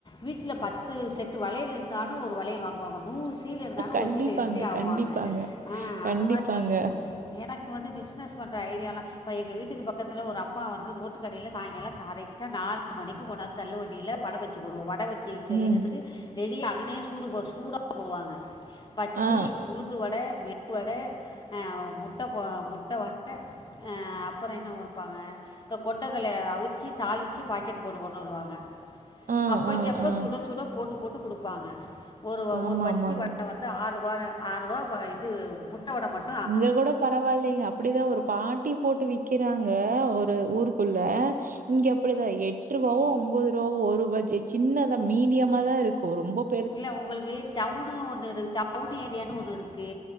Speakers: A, on the left; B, on the right.
A: வீட்ல பத்து செட்டு வளையல் இருந்தாலு ஒரு வளையல் வாங்குவாங்க நூறு செ சீல இருந்தாலு
B: கண்டிப்பாங்க
A: ஒரு சீல எடுத்தே ஆவாங்க
B: கண்டிப்பாங்க
A: அ
B: கண்டிப்பாங்க
A: அது மாரி எனக்கு வந்து பிசினஸ் பண்ற ஐடியாலா இப்ப எங்க வீட் ட்டுக்கு பக்கத்துல ஒரு அம்மா வந்து ரோட்டு கடைல சாயங்காலோ கரெக்டா நாலு மணிக்கு கொண்டந்து தள்ளு வண்டியில வட பஜ்ஜி ஜி போடுவோ வட வச்சி செய்றதுக்கு
B: ம்
A: ரெடி அங்கனே சூடு போஸ் சூடா போடுவாங்க பச்சி
B: ஆ
A: உளுந்து வட மெது வட ஆ முட்ட போ முட்ட வட ஆப் அப்பறோ என்ன வப்பாங்க இந்த கொண்டைக்கல்லைய அவிச்சி தாளிச்சு பாக்கெட் போட்டு கொண்டு வருவாங்க
B: ஆ ஆ
A: அப்பைக்கு
B: ஆ
A: அப்ப
B: ஆ
A: சுட சுட போட்டு போட்டு குடுப்பாங்க ஒரு வ
B: ஆமா
A: ஒரு பச்சி
B: ஆமாங்க
A: வட வ வந்து ஆறுபானு ஆறுவா வ இது முட்ட வட மட்
B: இங்க கூட பரவாயில்லைங்க அப் அப்படிதா ஒரு பாட்டி போட்டு விக்கிறாங்க ஒரு ஊருக்குள்ள இங்க அப்படிதா எட் ட்ரூவாவோ ஒம்போது ரூவாவோ ஒரு பஜ்ஜி சின்னதா மீடியமா தா இருக்கும் ரொம்பப்
A: இல்ல உங்களுக்கு டவுனு ஒன்னு இருக் டவுன் ஏரியான்னு ஒன்னு இருக்கு